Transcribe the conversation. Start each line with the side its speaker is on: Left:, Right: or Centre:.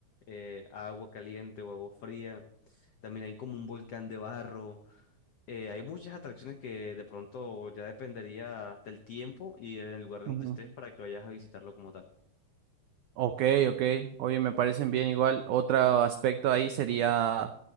Left: eh, agua caliente o agua fría. También hay como un volcán de barro. eh, hay muchas atracciones que de pronto ya dependería del tiempo y en el lugar donde
Right: ujú.
Left: estés para que vayas a visitarlo como tal.
Right: Ok, ok. Oye, me parecen bien igual. Otro aspecto ahí sería,